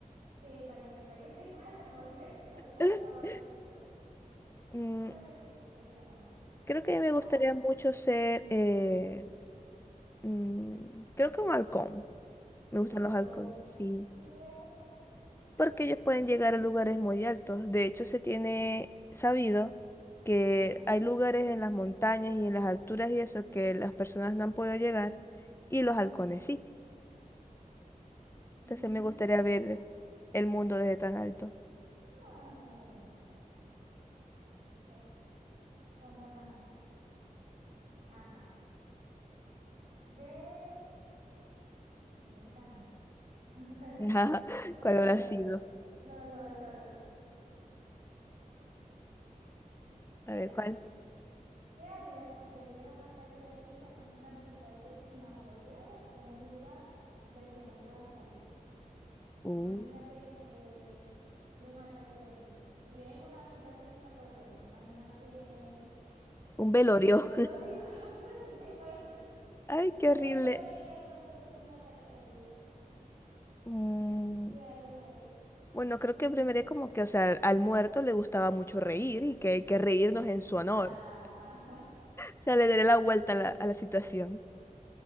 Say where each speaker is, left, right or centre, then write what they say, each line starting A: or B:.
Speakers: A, on the right; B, on the left.
A: Sí, para que sepa que sí <laughs> falta, porque <laughs> falta
B: <laughs>
A: valentía.
B: Mm,
A: Creo que sí, el caballo.
B: creo que me
A: Ajá.
B: gustaría mucho ser, eh, mm, creo que un halcón. Me
A: Un
B: gustan
A: halcón.
B: los halcones, sí.
A: ¿Y eso por qué?
B: Porque ellos pueden llegar a lugares muy altos. De hecho, se tiene sabido que
A: Ajá.
B: hay lugares en las montañas y en las alturas y eso que las personas no han podido llegar y los halcones sí. Entonces,
A: Mm,
B: me gustaría ver el mundo desde tan alto.
A: ah, está bien, está bien. Sí, son buenas aves. Ajá. De... No está, no. <laughs>
B: <laughs> Ajá,
A: Lolo,
B: ¿Cuál habrá sido?
A: Lolo, solo. Mira,
B: A ver, ¿cuál?
A: ¿qué harías si te diera un ataque de risa en una situación inapropiada o un lugar del que no puedas salir?
B: Un,
A: Imagínate que este dio un ataque de risa. Y es una situación inapropiada. Imagínate
B: un
A: un
B: velorio.
A: velorio, <laughs> eso es lo que te iba a decir.
B: <laughs> Ay, qué
A: Te
B: horrible.
A: dio un velorio y de pronto te dio un ataque de risa.
B: Mm,
A: ¿Qué harías ahí?
B: bueno, creo que primero es como que, o sea, al muerto le gustaba mucho reír y que hay que reírnos en su honor.
A: Ajá.
B: <laughs> O sea, le daré la vuelta a la, a la situación.